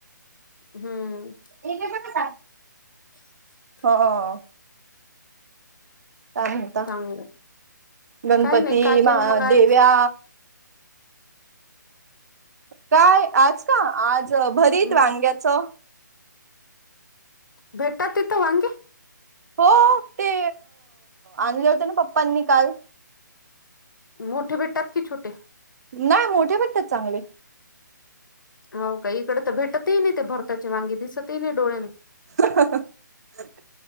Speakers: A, on the left; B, on the right.
A: हम्म.
B: एकच जगत जात.
A: <inaudible>
B: हो. काय म्हणता
A: चांगलं
B: गणपती
A: काय नाही काय केलं
B: मा
A: मग आज
B: देव्या. काय आज का आज भरीत
A: मग
B: वांग्याचं
A: भेटतात तिथं वांगी?
B: हो ते आणले होते ना पप्पांनी काल.
A: मोठे भेटतात की छोटे.
B: नाही मोठे भेटतात चांगले.
A: हो का इकडे तर भेटतही नाही ते भरताचे वांगी दिसतही नाही डोळे.
B: हाहह.